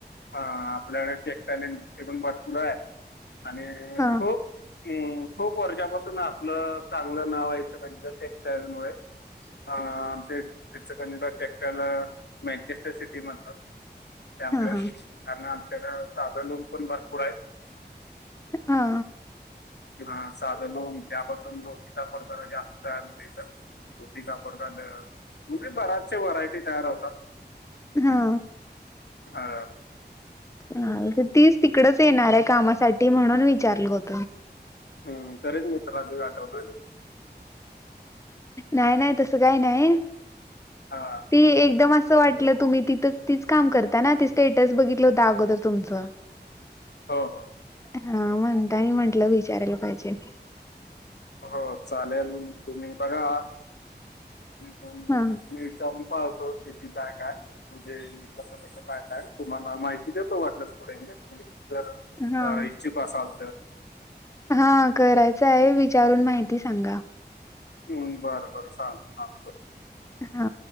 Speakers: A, on the left (about 75°); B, on the left (about 15°).
A: हा आपल्याकडे टेक्स्टाइल इंडस्ट्री पण भरपूर आहे आणि
B: हा
A: खूप हम्म खूप वर्षापासून आपलं चांगलं नाव हाय इचलकरंजीच्या टेक्सटाईल मुळे. हा आम तेच टेक्स्टाईल मॅनचेस्टर सिटी म्हणतात त्यामुळे.
B: हा हा
A: कारण आमच्याकडे साधं लोण पण भरपूर आहेत.
B: हा
A: किंवा साध लोन त्यापासून लो किता पडताना जास्त तयार होते <inaudible> धोती कापड झालं <unintelligible> व्हरायटी तयार होतात
B: हा
A: हा
B: हां तीच तिकडच येणार आहे कामासाठी म्हणून विचारल होत.
A: हम्म तरीच मित्र आज आठवतोय.
B: नाय नाय तस काही नाही
A: हा.
B: ती एकदम असं वाटलं तुम्ही तिथं तीच काम करता ना त स्टेटस बघितलं होता अगोदर तुमचं.
A: हो हो.
B: हा म्हणता आणि म्हंटलं विचारायला पाहिजे.
A: हो चालेल तुम्ही बघा, मी पण.
B: हा.
A: मी जाऊन पाहतो किती काय काय म्हणजे कसं कसं काय काय तुम्हाला माहित ती देतो वाटल्यास पुढे मी, जर
B: हा.
A: इच्छुक असाल तर.
B: हा करायचं आहे विचारून माहिती सांगा.
A: हम्म बरं बरं चालेल सांगतो,
B: हा